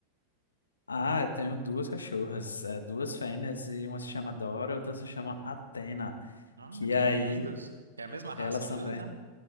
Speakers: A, on the left (about 75°); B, on the right (about 75°).
A: Ah, eu tenho duas cachorras, é, duas fêmeas, e uma se chama Dora, outra se chama Atena,
B: Ah,
A: que
B: que
A: aí
B: lindos. É a mesma raça,
A: elas
B: os
A: também
B: dois, né?